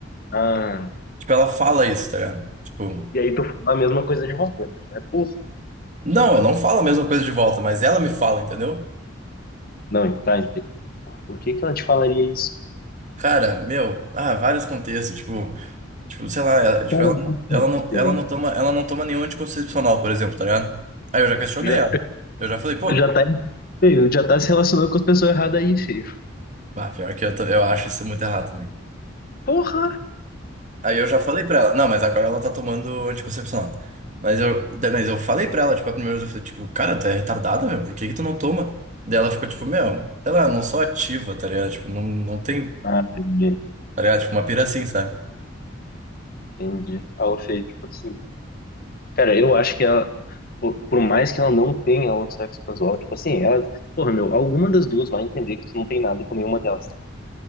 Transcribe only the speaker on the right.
tipo, ela fala isso, tá ligado? Tipo,
não, eu não falo a mesma coisa de volta, mas ela me fala, entendeu?
Cara, meu, ah, vários contextos, tipo, tipo, sei lá, ela, tipo,
ela não,
ela não, ela não toma, ela não toma nenhum anticoncepcional, por exemplo, tá ligado? Aí eu já questionei
ela. Eu já falei, pô,
ah, pior que eu, tô- eu acho isso muito errado também
Aí eu já falei pra ela, não, mas agora ela tá tomando anticoncepcional. Mas eu, daí- mas eu falei pra ela, tipo, a primeira vez eu falei, tipo, cara, tu é retardada, meu, por que que tu não toma? Daí ela ficou, tipo, meu, ela não sou ativa, tá ligado? Tipo, não, não tem,
tá ligado? Tipo, uma pira assim, sabe?